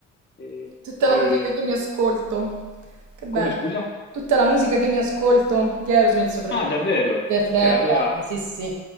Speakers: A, on the left; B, on the right.
A: eh,
B: Tutta
A: poi.
B: la musica che mi ascolto. Che bello.
A: Come scusa?
B: Tutta la musica che mi ascolto di Aerosmith soprattutto.
A: Ah, davvero?
B: Def Leppard,
A: Cioè, allora
B: sì, sì.